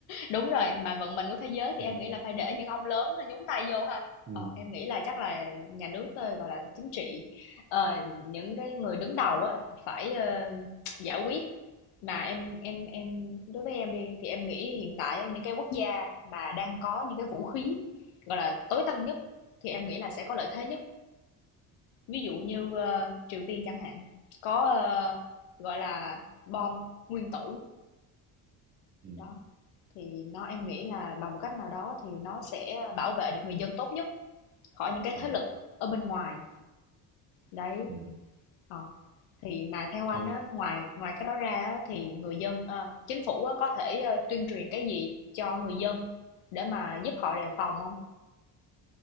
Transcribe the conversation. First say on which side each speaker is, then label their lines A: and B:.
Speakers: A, on the left; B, on the right.
A: đúng rồi, mà vận mệnh của thế giới thì
B: ừ,
A: em nghĩ là phải để những ông lớn ờ, nhúng tay vô ha.
B: ừ,
A: Ờ, em nghĩ là chắc là nhà nước, ơ, gọi là, chính trị, ờ, những cái người đứng đầu á, phải, ơ, giải quyết. Mà em em em đối với em đi, thì em nghĩ hiện tại á, những cái quốc gia mà đang có những cái vũ khí, gọi là, tối tân nhất, thì em nghĩ là sẽ có lợi thế nhất. Ví dụ như, ơ, Triều Tiên chẳng hạn, có, ơ, gọi là, bom nguyên tử,
B: ừ,
A: đó, thì nó em nghĩ là bằng một cách nào đó thì nó sẽ bảo vệ được người dân tốt nhất khỏi những cái
B: ừ,
A: thế lực ở bên ngoài, đấy,
B: ừ.
A: ờ. Thì mà theo anh
B: theo
A: á, ngoài ngoài cái đó ra á thì người dân ơ, chính phủ á có thể, ơ, tuyên truyền cái gì cho người dân để mà giúp họ đề phòng không?